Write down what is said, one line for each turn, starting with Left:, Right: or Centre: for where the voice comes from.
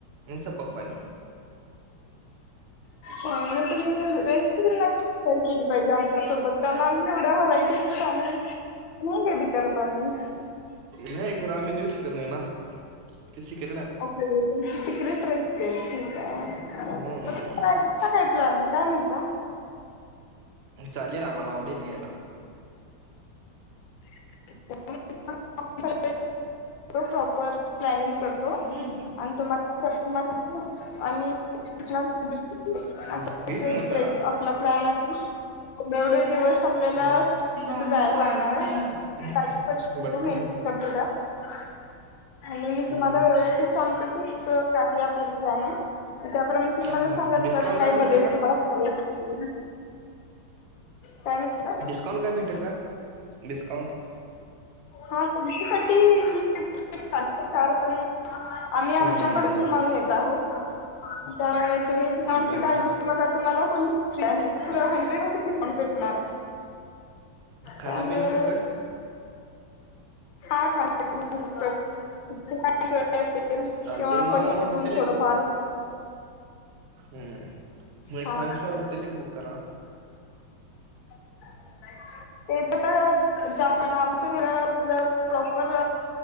Right: आणि सपक पाणी
Left: काांग तुम्ही रेसिपीरी नक्कीच शर केली पाहिजे आमच्यासोबत त्यांना आम्ही एवढ्या व्हरायटीजत आ नाही कदी करत आम्ही
Right: नाही घर आम्ही देऊ शकत नाही ना ते शिक
Left: ओके तुमची सिक्रेट रेसिपी आहे ठीक आहे म
Right: हम्म
Left: तय का प्ला काय म्हणत.
Right: चालेल आम्हाला आवडेल यायला.
Left: <unintelligible> करतो प्रॉपर प्लॅनिंग करतो.
Right: हम्म
Left: आणि तुमला त्याप्रमाणे आ्म्ही सूचना देतो <unintelligible>
Right: हम्म घे की मोठा
Left: आपला प्लॅन आहे जेवढे दिवस आपल्याला
Right: हम्म
Left: तिथे,
Right: ते गाऊन
Left: जायला
Right: तर खावाले
Left: लागणार
Right: छान
Left: हाय काई
Right: लागले
Left: पण करतो
Right: बटाटो
Left: त्यात मेन्शन
Right: पण का
Left: करतो त्यात आणि मी तुम्हाला
Right: हम्म
Left: व्यवस्थित सांगतो, की कस काय आपला प्लॅन हाय त्याप्रमाणे तूम्हाला
Right: हा
Left: सांगात
Right: डिस्काउंट
Left: चल काय
Right: भेटेल
Left: बदल
Right: का
Left: तुम्हाला हवे आहेत. चालेल का?
Right: डिस्काउंट काय भेटेल का? डिस्काउंट
Left: हा तुमच्यासाठी ही कारण आम्ही आमच्याकडून
Right: हम्म
Left: तुम्हाला नेत आहोत. आता तुम्ही डिस्काउंट
Right: बर
Left: ची काळजी करू नका तुम्हाला तुला हंड्रेड पर्सेंट डीस्काउंट भेटणार.
Right: खाणं
Left: त्यामुळे
Right: पिणं सकट
Left: हा खाण्या पिण्या सकट <unintelligible> असेल किंवा
Right: चालतंय
Left: आपण
Right: मग आम्हाला
Left: इथून
Right: हॉटेल
Left: थोडंफार
Right: एक हम् म
Left: हा
Right: फाइव्ह स्टार हॉटेल एक बुक करा
Left: नाही बा ते तर ज्या पणा आपण प इथलं प्रॉपर